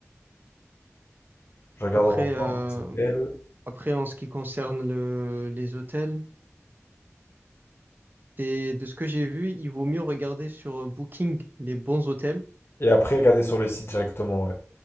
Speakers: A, on the left (about 55°); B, on the right (about 40°).
A: Je regarde
B: Après,
A: en même
B: euh,
A: temps, c'est elle.
B: après, en ce qui concerne le, les hôtels. C'est de ce que j'ai vu, il vaut mieux regarder sur euh, Booking les bons hôtels.
A: Et après, regarder sur le site directement, ouais.